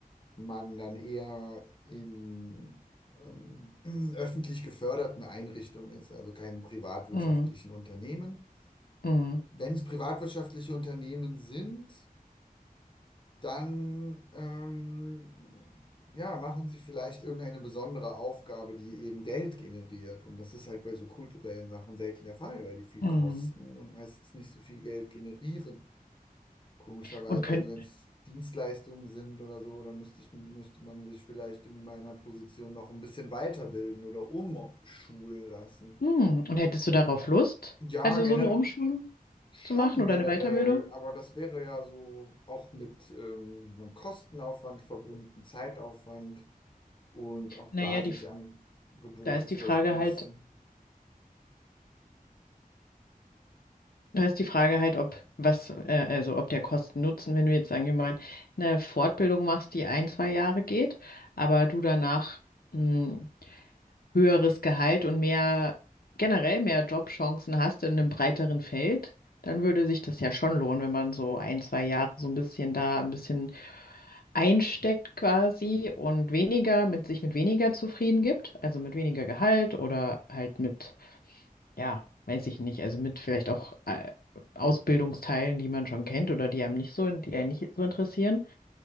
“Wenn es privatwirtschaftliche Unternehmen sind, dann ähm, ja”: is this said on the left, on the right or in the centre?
Left